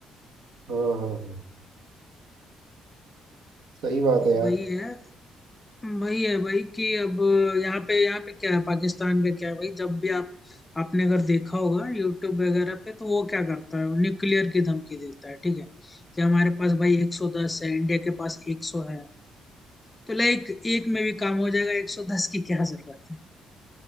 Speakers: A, on the right; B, on the left.
A: हाँ हाँ हाँ सही बात
B: भाई
A: है यार
B: वही है वही है भाई कि अब यहाँ पे यहाँ पे क्या है पाकिस्तान का क्या है भाई जब भी आप आपने अगर देखा होगा यूट्यूब वगैरह पे तो वो क्या करता है न्यूक्लियर की धमकी देता है ठीक है कि हमारे पास भाई 110 है इंडिया के पास 100 है तो लाइक एक में भी काम हो जाएगा 110 की क्या जरूरत है